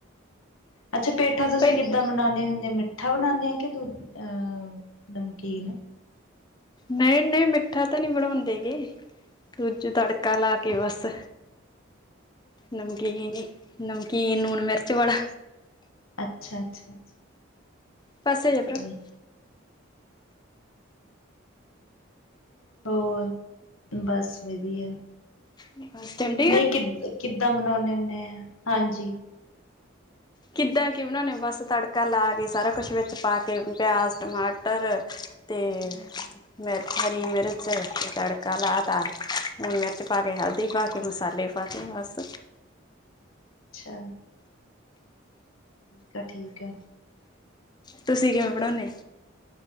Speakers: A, on the left; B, on the left.
A: ਅੱਛਾ ਪੇਠਾ ਤੁਸੀਂ
B: ਪਹਿ
A: ਕਿੱਦਾਂ ਬਣਾਉਣੇ ਹੁੰਦੇ, ਮਿੱਠਾ ਬਣਾਉਂਣੇ ਆ ਕਿ ਦੂ ਅਹ ਨਮਕੀਨ।
B: ਨਈ, ਨਈ ਮਿੱਠਾ ਤਾਂ ਨੀ ਬਣੋਂਦੇ ਹੈਗੇ ਕੂਜ ਤੜਕਾ ਲਾ ਕੇ ਬਾੱਸ
A: <inaudible>
B: ਨਮਕੀਨ ਈ, ਨਮਕੀਨ ਨੂੰਨ-ਮਿਰਚ ਵਾਲਾ
A: ਅੱਛਾ, ਅੱਛਾ, ਅੱਛਾ।
B: <inaudible>
A: ਠੀਕ ਹੋਰ, ਬਾੱਸ ਵਦੀਆ।
B: <inaudible>
A: ਨਈ, ਕਿ ਕਿੱਦਾ ਬਨੋਨੇ ਓਨੇ ਆ ਹਾਂਜੀ।
B: ਕਿੱਦਾਂ ਕੀ ਬਣੋਨੇ ਓ? ਬਾੱਸ ਤੜਕਾ ਲਾ ਕੇ ਸਾਰਾ ਕੋਛ ਵਿੱਚ ਪਾ ਕੇ ਪਿਆਜ਼, ਟਮਾਟਰ ਤੇ
A: ਹਮ
B: ਮਿਰਚ, ਹਰੀ -ਮਿਰਚ ਤੜਕਾ ਲਾ ਤਾ ਨੂਨ ਮਿਰਚ ਪਾ ਕੇ, ਹਲਦੀ ਪਾ ਕੇ, ਮਸਾਲੇ ਪਾਤੇ ਬਾੱਸ।
A: ਅੱਛਾ। ਕ, ਠੀਕ ਆ।
B: ਤੁਸੀ ਕਿਵੇਂ ਬਣੋਨੇ?